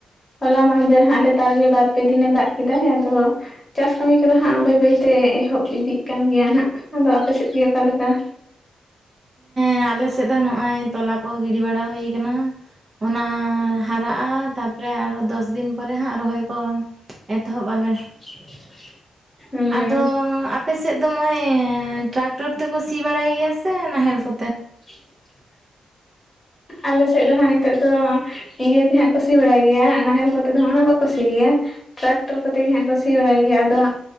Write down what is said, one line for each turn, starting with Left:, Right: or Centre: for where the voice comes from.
Left: ᱦᱚᱞᱟ ᱢᱟᱦᱫᱮᱨ ᱦᱟᱸᱜ ᱞᱮᱛᱟᱲ ᱜᱮ ᱵᱟᱨ ᱯᱮ ᱫᱤᱱᱮ ᱫᱟᱜ ᱠᱮᱫᱟᱭ ᱟᱫᱚ ᱪᱟᱥ ᱠᱟᱹᱢᱤ ᱠᱚᱫᱚ ᱦᱟᱸᱜ ᱵᱟᱹᱭ ᱵᱟᱹᱭᱛᱮ ᱮᱦᱚᱵ ᱤᱫᱤᱜ ᱠᱟᱱ ᱜᱮᱭᱟ ᱱᱦᱟᱸᱜ ᱟᱫᱚ ᱟᱯᱮ ᱥᱮᱫ ᱜᱮ ᱚᱠᱟᱞᱮᱠᱟ?
Right: ᱦᱮᱸ ᱟᱞᱮ ᱥᱮᱫ ᱫᱚ ᱱᱚᱜ-ᱚᱭ ᱛᱚᱞᱟ ᱠᱚ ᱜᱤᱰᱤ ᱵᱟᱲᱟ ᱦᱩᱭ ᱠᱟᱱᱟ᱾ ᱚᱱᱟ ᱦᱟᱨᱟᱜ-ᱟ ᱛᱟᱯᱚᱨᱮ ᱟᱨᱚ ᱫᱚᱥ ᱫᱤᱱ ᱯᱚᱨᱮ ᱦᱟᱸᱜ ᱨᱚᱦᱚᱭ ᱠᱚ ᱮᱛᱚᱦᱚᱵ ᱟᱞᱮ᱾
Left: <inaudible> ᱦᱩᱸ
Right: ᱟᱫᱚ ᱟᱯᱮᱥᱮᱫ ᱫᱚ ᱢᱟᱹᱭ ᱴᱨᱟᱠ ᱴᱨ ᱛᱮᱠᱚ ᱥᱤ ᱵᱟᱲᱟᱭ ᱜᱮᱭᱟ ᱥᱮ ᱱᱟᱦᱮᱞ ᱠᱚ
Left: <inaudible> ᱟᱞᱮ ᱥᱮᱫ ᱫᱚ ᱦᱟᱸᱜ ᱱᱤᱛᱚᱜ ᱫᱚ- ᱤᱭᱟᱹ ᱛᱮᱦᱟᱸᱜ ᱠᱩ ᱥᱤ ᱵᱟᱲᱟᱭ ᱜᱮᱭᱟ ᱱᱟᱦᱮᱞ ᱠᱚᱛᱮ ᱫᱚ ᱦᱟᱜ ᱩᱱᱟᱹᱜ ᱵᱟᱠᱚ ᱠᱩ ᱥᱤ ᱜᱮᱭᱟ᱾ ᱴᱨᱟᱠᱴᱚᱨ ᱠᱚᱛᱮ ᱜᱮ ᱦᱟᱸᱜ ᱠᱚ ᱥᱤ ᱵᱟᱲᱟᱭ ᱜᱮᱭᱟ ᱟᱫᱚ ᱦᱟᱸᱜ